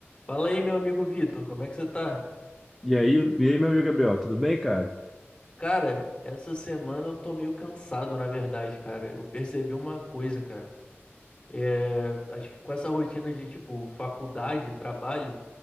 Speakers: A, on the left (about 25°); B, in the centre.
A: Fala aí, meu amigo Vitor, como é que você tá?
B: E aí, e aí, meu amigo Gabriel, tudo bem, cara?
A: Cara, essa semana eu tô meio cansado, na verdade, cara. Eu percebi uma coisa, cara. É, acho que com essa rotina de, tipo, faculdade, trabalho,